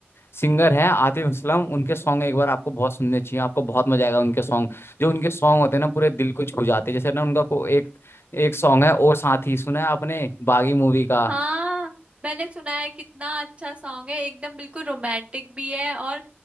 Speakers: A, on the left; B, on the right.
A: सिंगर है आतिफ असलम उनके सॉन्ग एक बार आपको बहुत सुनने चाहिए आपको बहुत मजा आएगा उनके सॉन्ग जो उनके सॉन्ग होते हैं ना पूरे दिल को छू जाते हैं जैसे ना उनका को एक एक सॉन्ग है ओ साथी सुना है आपने बागी मूवी का
B: हाँ मैंने सुना है कितना अच्छा सॉन्ग है एकदम बिल्कुल रोमांटिक भी है और